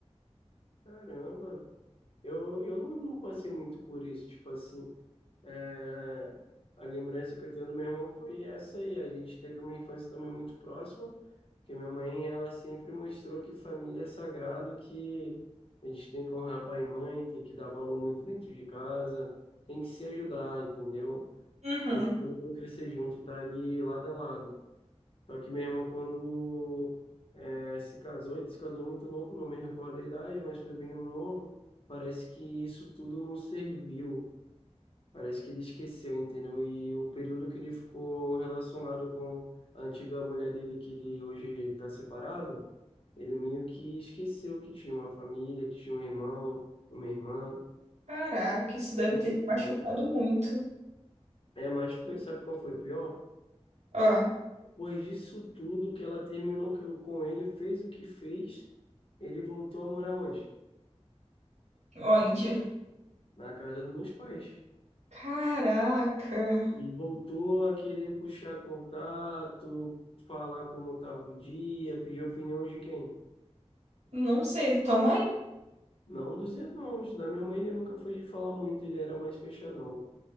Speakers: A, on the left; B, on the right.
A: Caramba, eu, eu não, não passei muito por isso, tipo assim. É, a lembrança que eu tenho do meu irmão foi essa aí. A gente teve uma infância também muito próxima, porque minha mãe, ela sempre mostrou que família é sagrado, que a gente tem que honrar pai e mãe, tem que dar valor muito dentro de casa, tem que se ajudar, entendeu?
B: Uhum.
A: Tem que todo mundo crescer junto e estar ali lado a lado. Só que meu irmão, quando é, se casou, ele se casou muito novo, não me recordo a idade, mas foi bem novo. Parece que isso tudo não serviu. Parece que ele esqueceu, entendeu? E o período que ele ficou relacionado com a antiga mulher dele, que ele hoje está separado, ele meio que esqueceu que tinha uma família, que tinha um irmão, uma irmã.
B: Caraca, isso deve
A: Muito
B: ter
A: estranho.
B: te machucado muito.
A: É, mas ficou, sabe qual foi o pior?
B: Ó,
A: Depois disso tudo que ela terminou que eu- com ele, fez o que fez, ele voltou a morar onde?
B: onde?
A: Na casa dos meus pais.
B: Caraca.
A: E voltou a querer puxar contato, falar como estava o dia, pedir opinião de quem?
B: Não sei, tua mãe?
A: Não dos irmãos. Da minha mãe ele nunca foi de falar muito, ele era mais fechadão.